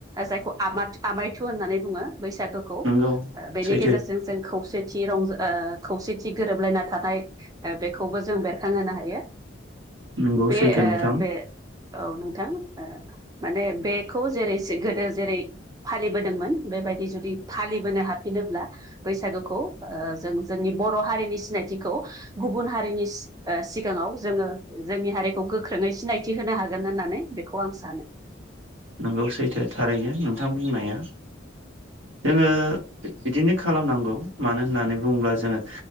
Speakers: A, on the right; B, on the right.
A: जायखौ आमायथु होननानै बुङो बैसागुखौ
B: नंगौ
A: बेनि
B: सैथो
A: गेजेरजों जों खौसेथि रंजा ओ खौसेथि गोरोबलायना थानाय बेखौबो जों बेरखांहोनो हायो।
B: नंगौ
A: बे
B: सैथो नोंथां
A: बे औ नोंथां ओ माने बेखौ जेरै गोदो जेरै फालिबोदोंमोन बेबायदि जुदि फालिबोनो हाफिनो ब्ला बैसागुखौ जों जोंनि बर' हारिनि सिनायथिखौ गुबुन हारिनि सिगाङाव जोङो जोंनि हारिखौ गोख्रोङै सिनायथि होनो हागोन होननानै बेखौ आं सानो।
B: नोंगौ सैथो थारैनो नोंथां बुंनाया। जोङो बिदिनो खालामनांगौ मानो होननानै बुङोब्ला जोङो